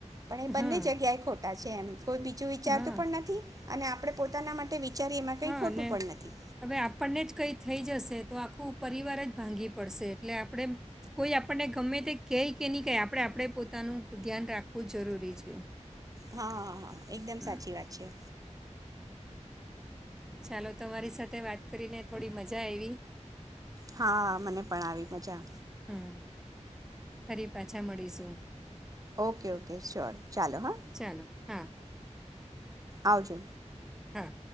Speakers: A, on the right (about 30°); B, in the centre.
A: પણ એ બંને
B: હા
A: જગ્યાએ ખોટું. ત છે એમ. કોઈ બીજું વિચારતું
B: હા
A: પણ નથી. અને આપડણે પોતાના માટે વિચારીએ એમાં કંઈ
B: હા
A: ખોટું
B: ને
A: પણ નથી
B: હવે આપણને જ કઈ થઈ જશે તો આખું પરિવાર જ ભાંગી પડશે, એટલે આપણે કોઈ આપણને ગમે તે ક કે નહી ક આપણે આપણે પોતાનું ધ્યાન રાખવું જરૂરી છે.
A: હા હા હા એકદમ
B: હમ
A: સાચી વાત છે
B: ચાલો તમારી સાથે વાત કરીને થોડી મજા આઇવિ.
A: હા મને પણ આવી મજા.
B: હમ ફરી પાછા મળીશું.
A: ઓકે ઓકે શ્યોર ચાલો હા.
B: ચાલો હા.
A: આવજો.
B: હા.